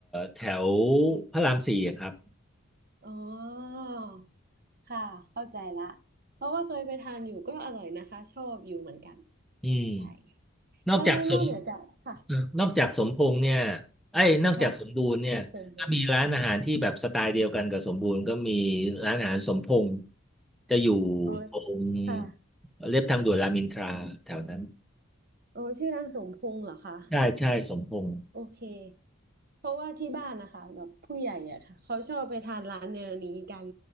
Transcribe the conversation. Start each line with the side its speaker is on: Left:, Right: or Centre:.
Centre: แถวพระรามสี่อะครับ
Right: อ๋อค่ะ เข้าใจละ เพราะว่าเคยไปทานอยู่ก็อร่อยนะคะชอบอยู่เหมือนกัน
Centre: อืม
Right: ใช่
Centre: นอกจากสม
Right: แล้วแล้วนอกเหนือจากค่ะ
Centre: เออนอกจากสมพงษ์เนี่ยไอ้ยนอกจากสมบูรณ์เนี่ยก็มีร้านอาหารที่แบบสไตล์เดียวกันกับสมบูรณ์ก็มี
Right: ค่ะสมพงษ์
Centre: ร้านอาหารสมพงษ์จะอยู่
Right: อ๋อ
Centre: ตรง
Right: ค่ะ
Centre: เรียบทางด่วนรามอินทราแถวนั้น
Right: โอ้ชื่อร้านสมพงษ์เหรอคะ
Centre: ใช่ใช่สมพงษ์
Right: โอเคเพราะว่าที่บ้านนะคะแบบผู้ใหญ่อะค่ะเขาชอบไปทานร้านแนวนี้กัน